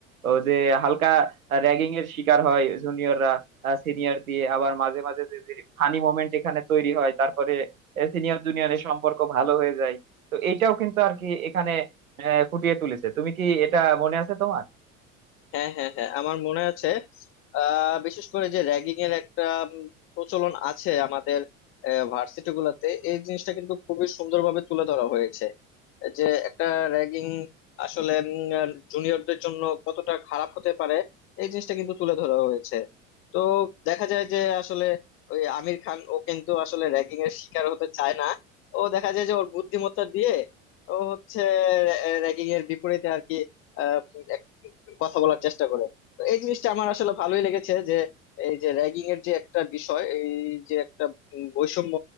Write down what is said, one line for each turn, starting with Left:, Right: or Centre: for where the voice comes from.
Right: ও যে হালকা র্যাগিং এর শিকার হয় জুনিয়ররা সিনিয়র দিয়ে আবার মাঝে মাঝে যে যে ফানি মোমেন্ট এখানে তৈরি হয় তারপরে সিনিয়র জুনিয়রের সম্পর্ক ভালো হয়ে যায় তো এটাও কিন্তু আর কি এখানে আহ, ফুটিয়ে তুলেছে তুমি কি এটা মনে আছে তোমার
Left: হ্যাঁ হ্যাঁ হ্যাঁ আমার মনে আছে আহ বিশেষ করে যে র্যাগিং এর একটা উম, প্রচলন আছে আমাদের ভার্সিটি গুলাতে এই জিনিসটা কিন্তু খুবই সুন্দরভাবে তুলে ধরা হয়েছে যে একটা র্যাগিং আসলে জুনিয়রদের জন্য কতটা খারাপ হতে পারে এই জিনিসটা কিন্তু তুলে ধরা হয়েছে তো দেখা যায় যে আসলে ওই আমির খান ও কিন্তু আসলে র্যাগিং এর শিকার হতে চায় না ও দেখা যায় যে ওর বুদ্ধিমত্তা দিয়ে ও হচ্ছে র্যাগিং এর বিপরীতে আর কি আহ, এক- কথা বলার চেষ্টা করে তো এই জিনিসটা আমার আসলে ভালোই লেগেছে যে এই যে র্যাগিং এর যে একটা বিষয় এই যে একটা উম, বৈষম্য